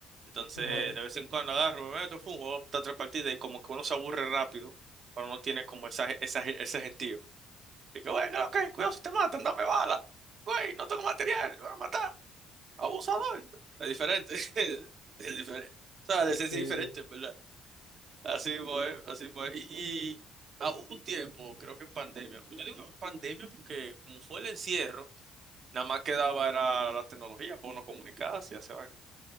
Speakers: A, on the right; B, on the left.
A: Entonces,
B: <laughs> Claro.
A: de vez en cuando agarro, me meto, fum, juego da tres partidas y como que uno se aburre rápido, pero no tiene como esa, esa, ese gentío. Y que, güey, no, ok, cuidado si te matan, dame bala. Güey, no tengo material, me van a matar. Abusador. Es diferente. <laughs> Es diferente. O sea, de ser
B: Sí,
A: diferente,
B: sí.
A: ¿verdad? Así fue, así fue. Y, y a un tiempo, creo que en pandemia. Yo digo pandemia porque como fue el encierro, nada más quedaba era la tecnología para uno comunicarse y hacer vaina.